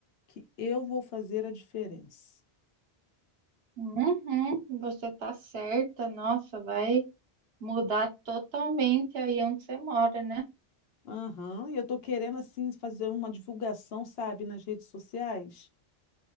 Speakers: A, on the left; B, on the right.
A: que eu vou fazer a diferença.
B: Uhum, você tá certa, nossa, vai mudar totalmente aí onde você mora, né?
A: Aham, e eu tô querendo, assim, fazer uma divulgação, sabe, nas redes sociais.